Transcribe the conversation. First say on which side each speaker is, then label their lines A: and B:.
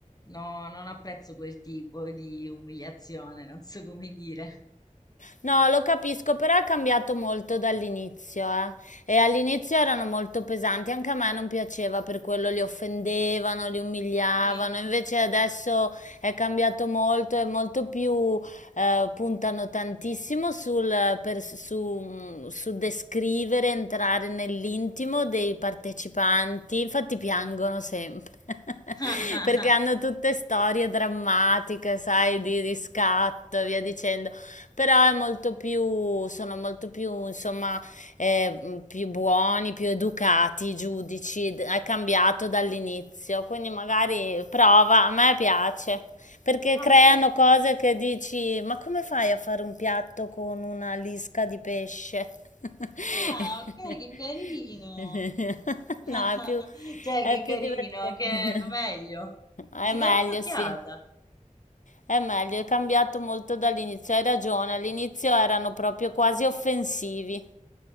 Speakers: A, on the left; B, on the left.
A: no, non apprezzo quel tipo di umiliazione, non so come dire.
B: No, lo capisco, però è cambiato molto dall'inizio, eh. E all'inizio erano molto pesanti, anche a me non piaceva, per quello li offendevano, li umiliavano.
A: Sì.
B: Invece adesso è cambiato molto, è molto più, eh, puntano tantissimo sul, per- su, su descrivere, entrare nell'intimo dei partecipanti. Infatti piangono sempre. <laughs>
A: <laughs>
B: Perché hanno tutte storie drammatiche, sai, di riscatto e via dicendo, però è molto più, sono molto più, insomma, eh, mh, più buoni, più educati i giudici, d- è cambiato dall'inizio, quindi magari prova, a me piace, perché
A: Ok.
B: creano cose che dici, ma come fai a fare un piatto con una lisca di pesce? <laughs>
A: Ah, ok, che carino.
B: <laughs>
A: <laughs>
B: No, è più,
A: Cioè,
B: è
A: che carino,
B: più divertente.
A: che
B: <laughs>
A: meglio.
B: È
A: Ci
B: meglio,
A: darò un'occhiata.
B: sì. È meglio, è cambiato molto dall'inizio. Hai ragione, all'inizio erano proprio quasi offensivi.